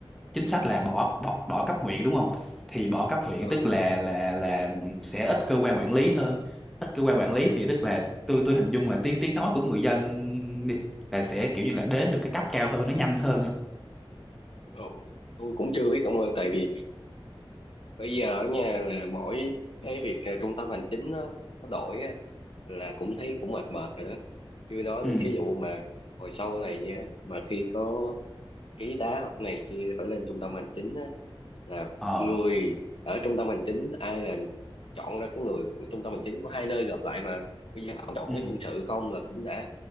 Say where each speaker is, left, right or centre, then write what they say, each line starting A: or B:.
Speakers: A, in the centre; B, on the left (about 75°).
A: chính sách là bỏ bỏ bỏ cấp huyện đúng không thì bỏ cấp huyện
B: Ừ,
A: tức là là là sẽ ít cơ quan quản lý hơn ít cơ quan quản lý thì tức là tôi tôi hình dung là tiếng tiếng nói của người dân đi là sẽ kiểu như là đến được cái cấp cao hơn nó nhanh hơn á
B: ừ. Tôi cũng chưa biết ông ơi, tại vì bây giờ ở nhà là mỗi cái việc ờ, trung tâm hành chính nó, nó đổi á, là cũng thấy cũng mệt mệt rồi đó chưa nói
A: ừ
B: đến cái vụ mà hồi sau này á, mà khi có ký tá học này kia phải lên trung tâm hành chính á, là
A: ờ
B: người ở trung tâm hành chính ai là chọn ra cái người của trung tâm hành chính của hai nơi gộp lại mà bây giờ ông chọn
A: ừ
B: cái nhân sự không là cũng đã